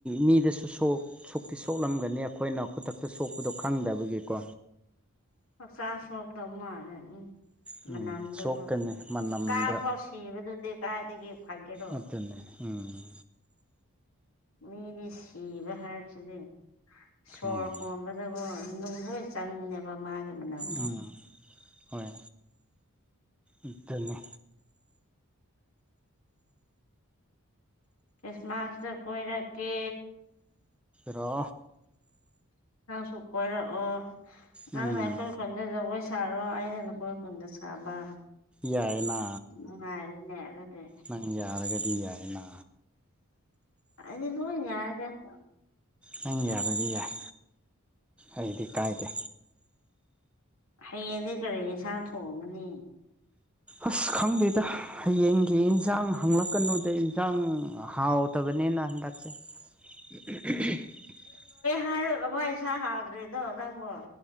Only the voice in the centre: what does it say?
ꯃꯤꯗꯁꯨ ꯁꯨꯛꯇꯤ ꯁꯣꯛꯂꯝꯒꯅꯤ ꯑꯩꯈꯣꯏꯅ ꯈꯨꯗꯛꯇ ꯁꯣꯛꯄꯗꯣ ꯈꯪꯗꯕꯒꯤꯀꯣ
ꯎꯝ
ꯁꯣꯛꯀꯅꯤ ꯃꯅꯝꯗ
ꯑꯗꯨꯅꯦ ꯎꯝ
ꯎꯝ
ꯎꯝ ꯍꯣꯏ ꯑꯗꯨꯅꯤ
ꯔꯣ
ꯎꯝ
ꯌꯥꯥꯏꯅꯥ
ꯅ ꯌꯥꯔꯒꯗꯤ ꯌꯥ ꯍꯥꯏꯅ
ꯅꯪ ꯌꯥꯔꯗꯤ ꯌꯥꯏ ꯑꯩꯗꯤ ꯀꯥꯏꯗꯦ
ꯑꯁ ꯈꯪꯗꯦꯗ ꯍꯌꯦꯡꯒꯤ ꯏꯟꯁꯥꯡ ꯍꯪꯂꯛꯀꯅꯨꯗ ꯏꯟꯁꯥꯡ ꯍꯥꯎꯇꯕꯅꯦꯅ ꯍꯟꯗꯛꯁꯦ <inaudible> <unintelligible>